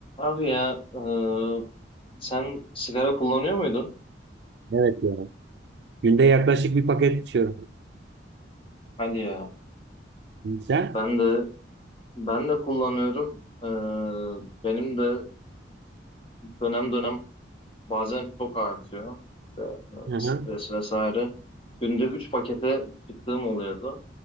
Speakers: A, on the left; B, on the right.
A: Abi ya e, sen sigara kullanıyor muydun?
B: Evet ya. Günde yaklaşık bir paket içiyorum.
A: Hadi ya
B: Sen?
A: ben de ben de kullanıyorum. E, benim de dönem dönem bazen çok artıyor. İşte,
B: Hı
A: E,
B: hı.
A: stres vesaire. Günde 3 pakete çıktığım oluyordu.